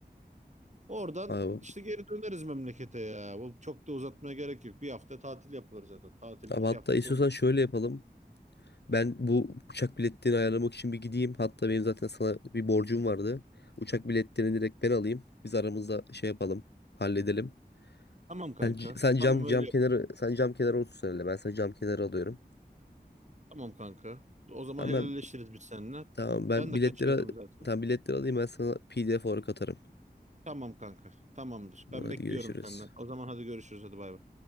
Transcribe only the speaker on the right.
Oradan
işte geri döneriz memlekete ya. Bu çok da uzatmaya gerek yok. Bir hafta tatil yapılır zaten. Tatil
iki
haftası
olmaz.
Tamam kanka.
Tamam
öyle
yap.
Tamam kanka. O zaman
helalleşiriz
biz seninle.
Ben de
kaçıyorum zaten.
Tamam kanka. Tamamdır. Ben
bekliyorum
senden. O zaman hadi görüşürüz. Hadi bay bay.